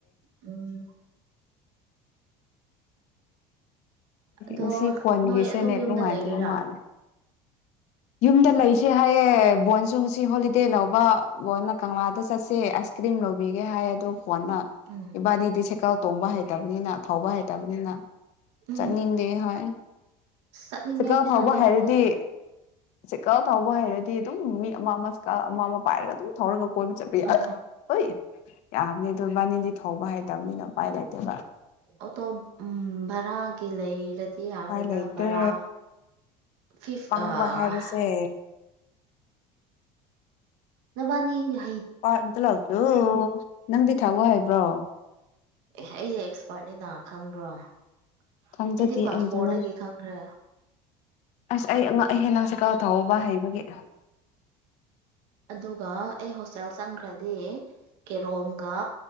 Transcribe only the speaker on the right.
ꯎꯝ ꯑꯗꯣ
ꯅꯣꯏ ꯑꯗꯨꯝ
ꯌꯨꯝꯗ
ꯂꯩꯗꯣꯏꯔꯥ
ꯎꯝ
ꯎꯝ
ꯆꯠꯅꯤꯡꯉꯦ
ꯄꯩꯁꯥ
ꯂꯩꯇꯕꯅ
ꯑ
ꯎꯝ
ꯑꯣꯇꯣꯞ ꯎꯝ ꯕꯥꯔ ꯀꯤ ꯂꯩꯔꯗꯤ ꯍꯥꯔꯦꯗ
ꯕꯔꯥ ꯐꯤꯐ
ꯑꯥ
ꯅꯕꯥꯅꯤ ꯌꯥ
ꯑꯦ ꯑꯩꯁꯦ ꯑꯦꯛꯁꯄꯥꯔꯠꯅꯦꯅ ꯈꯪꯗ꯭ꯔꯣ ꯑꯩꯗꯤ
ꯀ꯭ꯂꯥꯁ
ꯐꯣꯔꯗꯒꯤ
ꯈꯪꯒ꯭ꯔꯦ
ꯑꯗꯨꯒ ꯑꯩ ꯍꯣꯁ ꯆꯦꯜ ꯆꯪꯈ꯭ꯔꯗꯤ ꯀꯦꯔꯣꯝꯒ